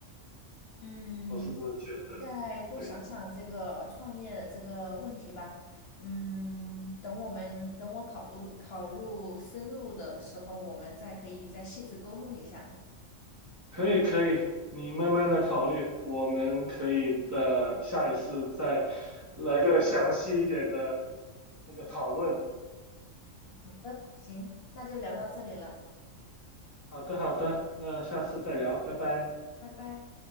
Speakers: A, on the left (about 60°); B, on the right (about 15°).
A: 嗯，
B: 我是这么觉得。
A: 我再多想想这个创业这个问题吧。
B: 对，
A: 嗯，等我们等我考入考入深入的时候，我们再可以再细致沟通一下。
B: 可以可以，你慢慢的考虑，我们可以的下一次再来个详细一点的那个讨论。
A: 好的，行，那就聊到这里了，
B: 好的好的，那下次再聊，拜拜。
A: 拜拜。